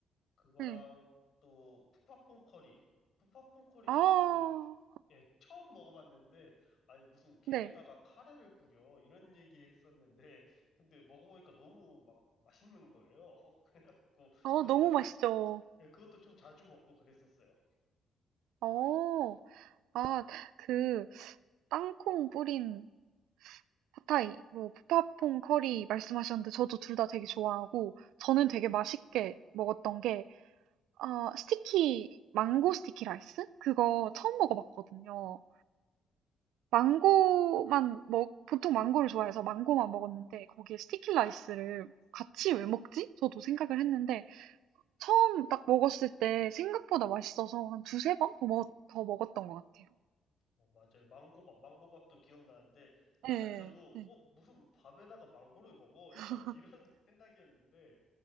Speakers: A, on the left; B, on the right.
A: 그거랑
B: 네.
A: 또 푸팟퐁 커리 푸팟퐁 커리
B: 아,
A: 저 그때 예, 처음 먹어봤는데, 아니, 무슨 게에다가
B: 네.
A: 카레를 뿌려, 이런 <laughs> 얘기 했었는데, 근데 먹어보니까 너무 막 맛있는 거예요. <laughs> 그래갖고,
B: 어,
A: 그것도
B: 너무
A: 좀,
B: 맛있죠.
A: 예, 그것도 좀 자주 먹고 그랬었어요.
B: 어, 아, 그 땅콩 뿌린 팟타이, 뭐 푸팟퐁 커리 말씀하셨는데 저도 둘 다 되게 좋아하고 저는 되게 맛있게 먹었던 게 아 스티키 망고 스티키 라이스? 그거 처음 먹어봤거든요. 망고만 먹 보통 망고를 좋아해서 망고만 먹었는데 거기에 스티키 라이스를 같이 왜 먹지? 저도 생각을 했는데 처음 딱 먹었을 때 생각보다 맛있어서 한 두세 번 더 먹, 더 먹었던 것 같아요.
A: 어, 맞아요. 망고밥, 망고밥도 기억나는데, 약간
B: 네,
A: 저도,
B: 네,
A: 어, 무슨 밥에다가 망고를 먹어?
B: <laughs>
A: 약간 이런 <laughs> 생각이었는데,